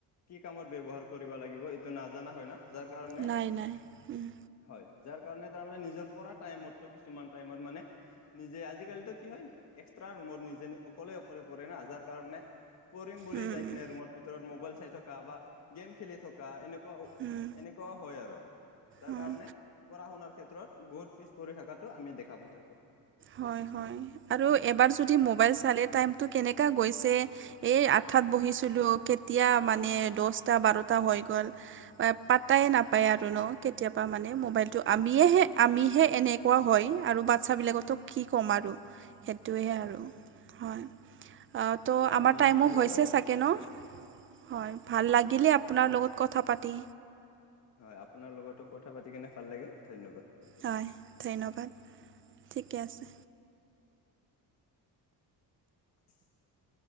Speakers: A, on the left; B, on the right.
A: কি কামত ব্যৱহাৰ কৰিব লাগিব, এইটো নাজানা হয় না? যাৰ কাৰণে
B: নাই নাই উম,
A: হয়। যাৰ কাৰণে, তাৰমানে নিজৰ পঢ়া টাইমত কিছুমান টাইমত মানে, নিজে, আজিকালিতো কি হয়! এক্সট্ৰা ৰুমত নিজে অকলে -অকলে পঢ়ে হা! যাৰ কাৰণে, পঢ়িম বুলি
B: উম,
A: যাই
B: উম,
A: কিনে, ৰুমৰ ভিতৰত মোবাইল চাই থকা বা গেম খেলি থকা। এনেকুৱা, এনে
B: উম,
A: এনেকুৱা হয় আৰু। যাৰ
B: উম,
A: কাৰণে, পঢ়া -শুনাৰ ক্ষেত্ৰত, বহুত পিছ পৰি থকাটো আমি দে <unintelligible>
B: হয়, হয়! আৰু
A: হয়
B: এবাৰ যদি, মোবাইল চালে টাইমটো কেনেকা গৈছে এই আঠ তাত বহিছিলোঁ। কেতিয়া মানে, দহটা- বাৰটা হৈ গ'ল। পাত্তাই নাপায় আৰু ন'! কেতিয়াবা মানে, মোবাইলটো। আমিয়েহে, আমিহে এনে কোৱা হয়! আৰু বাচ্ছাবিলাকতো কি ক'ম আৰু সেইটোৱে
A: হয়
B: আৰু।
A: হয় হয়
B: হয়!
A: পিছে
B: ত'
A: আমি
B: আমাৰ টাইমো
A: মোবাইলৰ
B: হৈছে চাগে ন'?
A: হয় হয়
B: হয়, ভাল লাগিলে আপোনাৰ
A: মোবাইল
B: লগত কথা পাতি।
A: হয়, আপোনাৰ লগতো কথা পাতি কেনে ভাল লাগিল, ধন্যবাদ। থাকিল
B: হয়, ধন্যবাদ! ঠিকে আছে।
A: <inaudible>